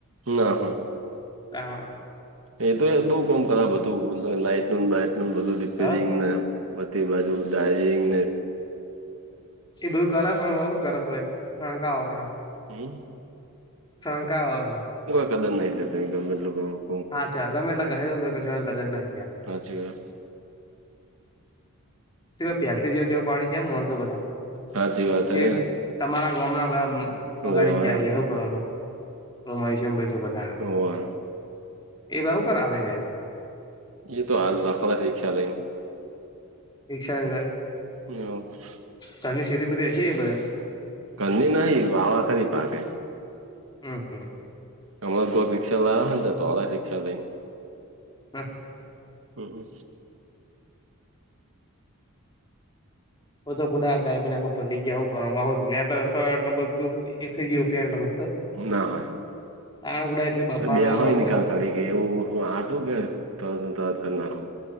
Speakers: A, on the right (about 70°); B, on the left (about 20°).
A: ના હા
B: તા
A: એ તો બઉુ કોામ કરા બધું લાઈટનું લઇટનું બધું રીપેરિંગ
B: હ
A: ને બધી બાજુ ડારિંગ
B: એ બધું કરે પણ ઓું કરેતું હોયંક
A: હમ
B: શણકા વા હા
A: કદ નઈ તમે ગમેીટ લોકો
B: હા્છા ગમેટલા ગ હજ કશ કદર નહીયા
A: હાચ વા
B: પ્યાલથી જયો તો પાણી ગયામ માણસો બધા
A: હાચી વાત હે
B: એ તમારા ગામ ના બગાડીને
A: હોવે
B: જાય ગયા કરવા રમામ બધા
A: હોવે
B: એ બું કર લે જ
A: એ તો આાલઝખાત છે ખ્યાલઈને
B: રિકક્ષા
A: હ
B: ધર ની ખેતી બધી હશે બધાને
A: ઘની નહીં વાવાખરી પાાગે.
B: હમ, હમ.
A: અમરા કો રિક્ષાાવવા તો રિક્ષા લઈને
B: હા
A: હમ
B: ઓ તો પુડા ગમીના પડી ગયાું કરવા નું એકસઓપિયા
A: ના હોય.
B: આણગુડા એટલી બફારો
A: તો બે
B: એવો
A: હોય નિકાલ
B: ને કશું
A: કરી કે. એવું હું આટું કે તરત-તરત કરી નાખું.